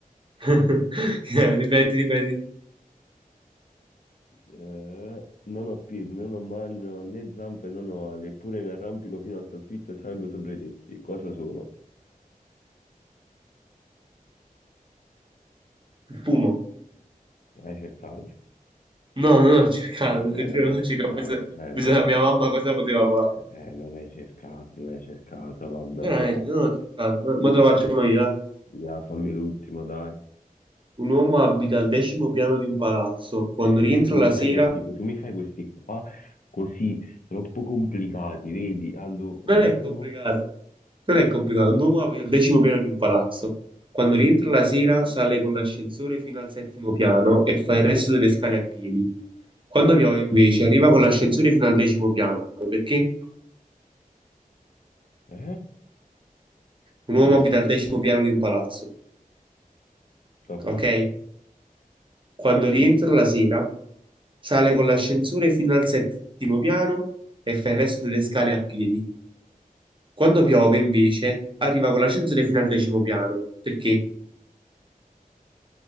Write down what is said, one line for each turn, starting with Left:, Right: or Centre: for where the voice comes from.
Right: <laughs> Ripeti, ripeti.
Left: Eh, non ho piedi, non ho mani, non ho né zampe, non ho ali, eppure mi arrampico fino al soffitto e salgo sopra i tetti. Cosa sono?
Right: Il fumo.
Left: Hai cercato.
Right: No, non ho cercato,
Left: Eh,
Right: te lo giuro,
Left: non hai
Right: non
Left: cercato,
Right: ho cercato. Ho pensato, ho
Left: eh,
Right: pensato
Left: non hai
Right: a mia mamma
Left: cercato,
Right: cosa poteva fare.
Left: eh, eh, non hai cercato, non hai cercato, vabbè,
Right: Veramente,
Left: dai,
Right: non ho cercato. Ma ma te lo faccio uno io. eh.
Left: via, fammi l'ultimo, dai.
Right: Un uomo abita al decimo piano di un palazzo. Quando
Left: Eh,
Right: rientra
Left: ma tu mi
Right: la
Left: fai
Right: sera...
Left: questi, tu mi fai questi qua così troppo complicati, vedi? Allora, un
Right: Non è complicato.
Left: uomo,
Right: Non è complicato. Un uomo abita al decimo piano di un palazzo. Quando rientra la sera, sale con l'ascensore fino al settimo piano e fa il resto delle scale a piedi. Quando piove, invece, arriva con l'ascensore fino al decimo piano, perché
Left: eh?
Right: un uomo
Left: Allora,
Right: abita al decimo piano di un palazzo,
Left: tocca.
Right: ok? Quando rientra la sera, sale con l'ascensore fino al settimo piano e fa il resto delle scale a piedi. Quando piove, invece, arriva con l'ascensore fino al decimo piano, perché